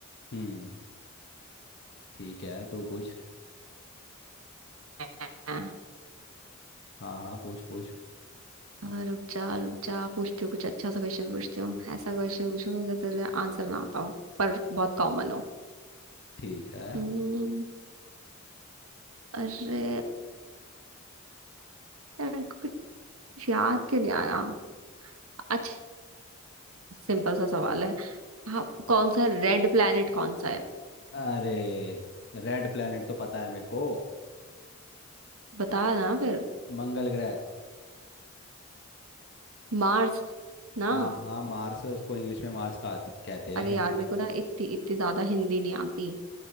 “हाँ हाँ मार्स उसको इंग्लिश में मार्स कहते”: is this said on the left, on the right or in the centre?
Left